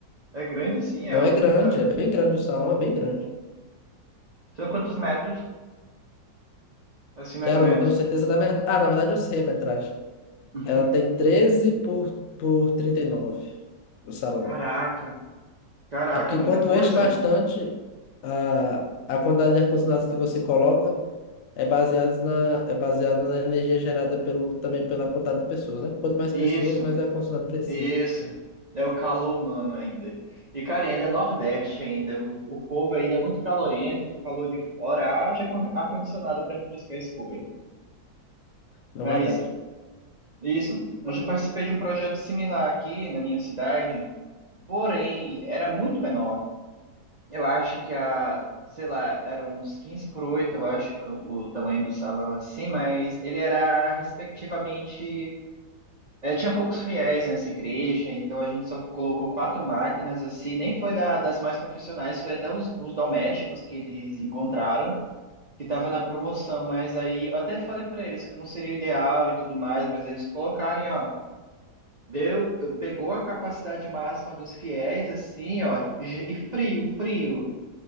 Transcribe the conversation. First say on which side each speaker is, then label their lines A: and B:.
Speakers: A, on the right (about 70°); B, on the left (about 70°).
A: É grande assim,
B: Não
A: é um...
B: é grande,
A: ta-
B: é bem grande o salão, é bem grande.
A: são quantos metros? Assim mais
B: Cara,
A: ou menos.
B: eu não tenho certeza da metragem. Ah, na verdade eu sei a metragem.
A: <laughs>
B: Ela tem 13 por, por 39 o salão.
A: Caraca, caraca,
B: É porque
A: é muita
B: quando
A: coisa.
B: enche bastante, a, a quantidade de ar-condicionado que você coloca é baseada na, é baseado na energia gerada pelo, também pela quantidade de pessoas, né? Quanto mais
A: Isso,
B: pessoas, mais ar-condicionado precisa.
A: isso. É o calor humano ainda. E, cara, ainda é Nordeste ainda. O, o povo ainda é muito calorento, o calor de fora. Haja com ar-condicionado para refrescar esse povo aí.
B: Não
A: Mas,
B: é verdade.
A: isso. Eu já participei de um projeto similar aqui na minha cidade, porém, era muito menor. Eu acho que a, sei lá, era uns 15 por 8. eu acho que era o, o tamanho do salão assim, mas ele era respectivamente. é, tinha poucos fiéis nessa igreja, então a gente só colocou quatro máquinas assim, nem foi da- das mais profissionais, foi até os, os domésticos que eles encontraram, que estava na promoção, mas aí eu até falei para eles que não seria o ideal e tudo mais, mas eles colocarem, ó. Deu, pegou a capacidade máxima dos fiéis, assim, ó, e frio, frio.